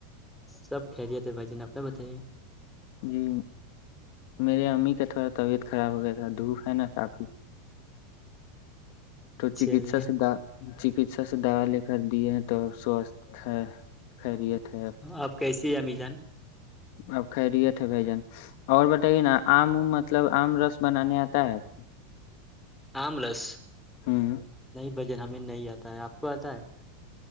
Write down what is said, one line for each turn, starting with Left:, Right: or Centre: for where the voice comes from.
Centre: سب خیریت ہے بھائی جان اپنا بتائیے
Left: جی میرے امی کا تھوڑا طبیعت خراب ہو گیا تھا دھوپ ہے نا کافی تو چکیتسا
Centre: چلیے
Left: سھا چکیسا سے دوا لے کر دیے ہیں تو سوستھ ہے خیریت ہے
Centre: آپ کیسی ہے امی جان
Left: اب خیریت ہے بھ جان اور بتائیے نا آم ام مطلب آم رس بنانے آتا ہے آپ کو
Centre: آملس
Left: ہاں
Centre: بھائی جان ہمیں نہیں اتا ہے اپ کو اتا ہے